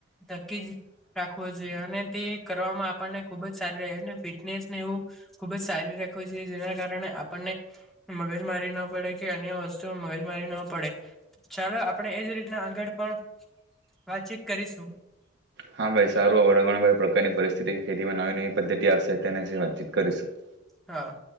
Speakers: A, in the centre; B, on the right (about 55°).
A: થકી જ રાખવો જોઈએ અને તે કરવામાં આપણને ખુબ જ સારી રહે અને ફિટનેસને એવું ખુબ જ સારી રાખવું જોઈએ જેના કારણે આપણને મગજ મારી ન પડે કે અન્ય વસ્તુ મગજ મારી ન પડે ચાલો આપણે એ જ રીતના આગળ પણ વાતચીત કરીશું.
B: હા, ભાઈ સારું. <unintelligible> પ્રકારની પરિસ્થિતિ ખેતીમાં નવી નવી પદ્ધતિ આવશે તેનાસી વાતચીત કરીશું.
A: હા.